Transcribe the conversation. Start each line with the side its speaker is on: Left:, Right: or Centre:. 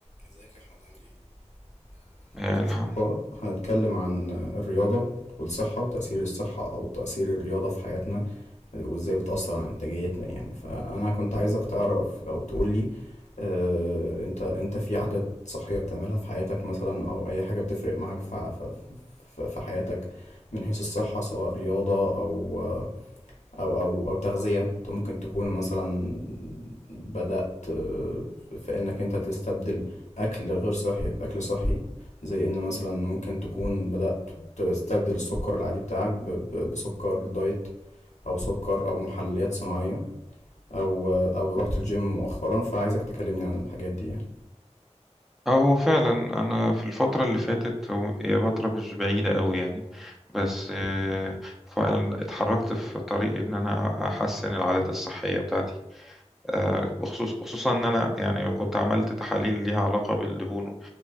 Left: ازيك يا احمد عامل ايه النهاردة
Centre: آه،
Left: إن
Centre: الحمد
Left: شاء الله هنتكلم عن الرياضة والصحة وتأثير الصحة أو تأثير الرياضة في حياتنا وإزاي بتأثر على إنتاجيتنا يعني فأنا كنت عايزك تعرف أو تقولي آه، أنت أنت في عادات صحية بتعملها في حياتك مثلا أو أي حاجة بتفرق معاك في ع- في في في حياتك من حيث الصحة سواء رياضة أو آه، او او او تغذية انت ممكن تكون مثلا بدأت آه، في انك انت تستبدل اكل غير صحي باكل صحي زي ان مثلا ممكن تكون بدأت تستبدل السكر العادي بتاعك ب- ب- بسكر دايت او سكر او محليات صناعية او او رحت الجيم مؤخرا فعايزك تكلمني عن الحاجات دي يعني
Centre: اه هو فعلا انا في الفتره اللي فاتت هو- هي فتره مش بعيده قوي يعني بس آه، فعلا اتحركت في طريق ان انا احسن العادات الصحيه بتاعتي آه، وخصوص خصوصا ان انا يعني كنت عملت تحاليل ليها علاقه بالدهون